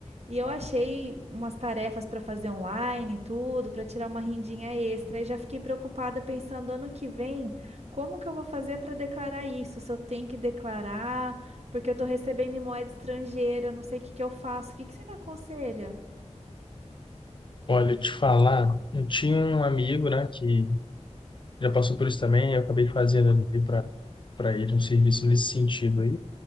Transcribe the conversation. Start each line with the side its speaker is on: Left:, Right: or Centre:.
Right: E eu achei umas tarefas para fazer online e tudo, para tirar uma rendinha extra. E já fiquei preocupada pensando ano que vem, como que eu vou fazer para declarar isso? Se eu tenho que declarar, porque eu estou recebendo em moeda estrangeira, eu não sei o que que eu faço. O que que você me aconselha?
Left: Olha, te falar, eu tinha um amigo, né, que já passou por isso também, eu acabei fazendo ali para para ele um serviço nesse sentido aí.